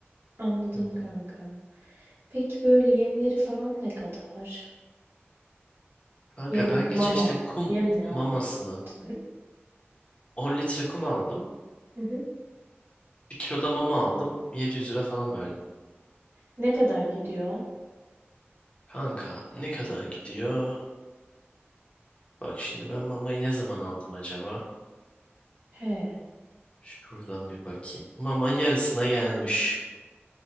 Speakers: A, on the right; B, on the left.
A: Anladım
B: Hı
A: kanka.
B: hı.
A: Peki böyle yemleri falan ne kadar?
B: Kanka
A: Yem,
B: ben geçen
A: mama.
B: işte kum
A: Yem ne
B: mamasını
A: abi? <laughs>
B: 10 litre kum aldım.
A: Hı hı.
B: bir kilo da mama aldım. 700 lira falan verdim.
A: Ne kadar gidiyor?
B: Kanka ne kadar gidiyor? Bak şimdi ben mamayı ne zaman aldım acaba?
A: He.
B: Şuradan bir bakayım. Mama yarısına gelmiş.